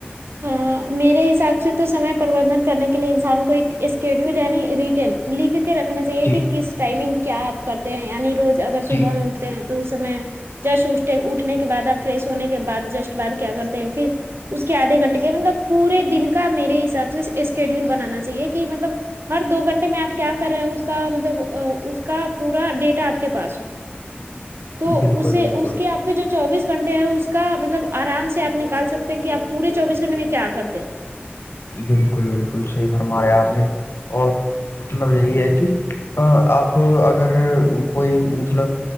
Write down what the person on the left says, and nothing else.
جی
جی
بالکل
بالکل
بالکل بالکل صحیح فرمایا آپ نے اور مطلب یہی ہے کہ آپ اگر کوئی مطلب